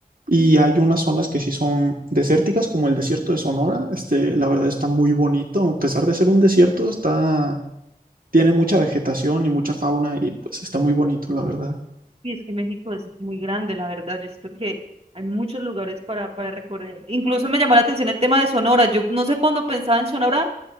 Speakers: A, on the right; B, on the right.
A: Y hay unas zonas que sí son desérticas, como el desierto de Sonora. Este, la verdad está muy bonito. A pesar de ser un desierto, está, tiene mucha vegetación y mucha fauna y pues está muy bonito, la verdad.
B: Y es que México es muy grande, la verdad. Yo siento que hay muchos lugares para, para recorrer. Incluso me llamó la atención el tema de Sonora. Yo no sé cuando pensaba en Sonora,